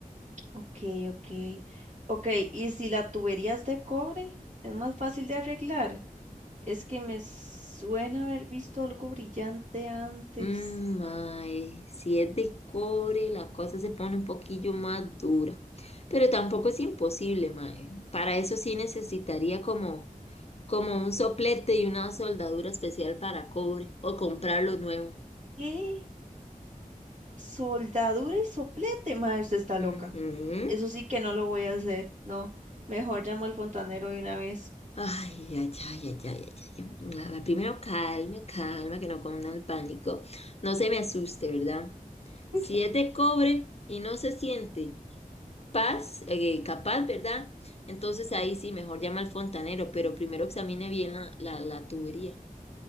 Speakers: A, on the right; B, on the left.
A: Ok, ok. Ok, ¿y si la tubería es de cobre? ¿Es más fácil de arreglar? Es que me suena haber visto algo brillante antes.
B: Mm, mae, si es de cobre, la cosa se pone un poquillo más dura. Pero tampoco es imposible, mae. Para eso sí necesitaría como, como un soplete y una soldadura especial para cobre o comprarlo nuevo.
A: ¿Qué? Soldadura y soplete, madre, usted está loca.
B: Ujú.
A: Eso sí que no lo voy a hacer, no. Mejor llamo al fontanero de una vez.
B: Ay, ay, ay, ay, ay, ay, ay. A ver, Primero calme, calma, que no cunda el pánico. No se me asuste, ¿verdad?
A: <laughs>
B: Si es de cobre y no se siente paz, eh, capaz, ¿verdad? Entonces ahí sí, mejor llama al fontanero, pero primero examine bien la, la, la tubería.